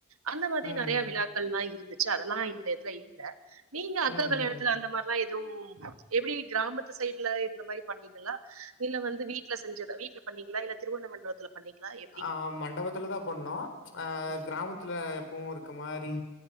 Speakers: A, on the right (about 75°); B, on the left (about 60°).
A: அந்த மாதிரி
B: ம்.
A: நெறைய விழாக்கள்லா இருந்துச்சு அதெல்லா இந்த இதுல இல்ல நீங்
B: ம், ம்,
A: அக்கா கல்யாணத்துல
B: ம்.
A: அந்த மார்லா எதுவும் எப்டி கிராமத்து சைடுல இருந்த மாரி பண்ணீங் களா இல்ல வந்து வீட்ல செஞ்சத வீட்ல பண்ணீங்களா இல்ல திருவணமண்டவத்துல பண்ணீங்ளா எப்
B: ஆ மண்டவத்துலதா பண்ணோ அ
A: ம்.
B: கிராமத்துல எப்பவு இருக்க மாரி